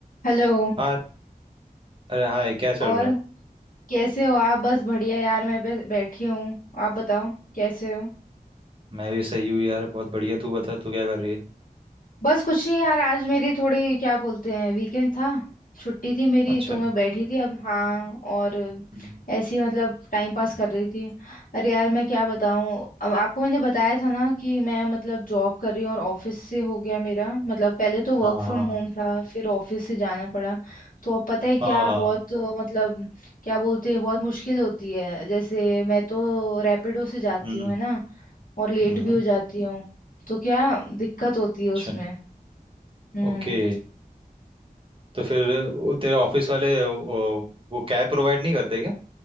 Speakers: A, on the left; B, on the right.
A: Hello
B: हाय अरे हाय क्या चल
A: और
B: रहा है
A: कैसे हो आप बस बढ़िया यार मैं बस बैठी हूँ आप बताओ कैसे हो
B: मैं भी सही हूँ यार बहुत बढ़िया तू बता तू क्या कर रही है
A: बस कुछ नहीं यार आज मेरी थोड़ी क्या बोलते हैं वीकेंड था छुट्टी थी मेरी
B: अच्छा
A: तो मैं बैठी थी अब हाँ और
B: हम्म,
A: ऐसे ही मतलब टाइम पास कर रही थी अरे यार मैं क्या बताऊँ अब आपको मैंने बताया था ना कि मैं मतलब जॉब कर रही हूँ और ऑफिस से हो गया मेरा मतलब पहले तो
B: हाँ
A: वर्क फ्रॉम
B: हाँ
A: होम था फिर ऑफिस से जाना पड़ा तो अब पता है क्या
B: हाँ
A: बहुत अ, मतलब क्या बोलते हैं बहुत मुश्किल होती है जैसे मैं तो रैपिडो से जाती
B: हम्म
A: हूँ है ना और लेट
B: हम्म
A: भी हो जाती हूँ तो क्या दिक्कत होती है उसमें
B: अच्छा
A: हम्म
B: ओके तो फिर वो तेरे ऑफिस वाले वो, वो कैब प्रोवाइड नहीं करते क्या